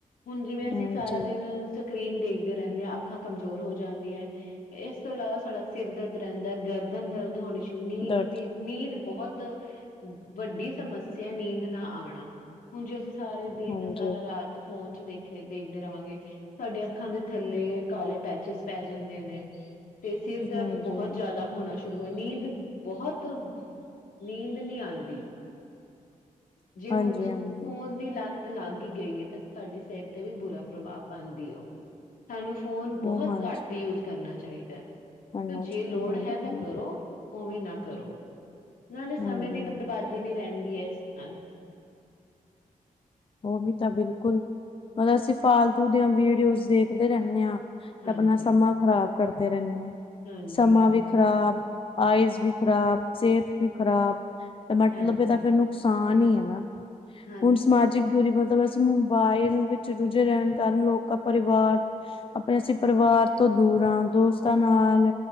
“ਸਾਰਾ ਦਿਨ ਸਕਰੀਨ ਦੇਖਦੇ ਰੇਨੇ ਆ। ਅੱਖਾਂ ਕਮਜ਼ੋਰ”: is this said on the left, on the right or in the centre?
Left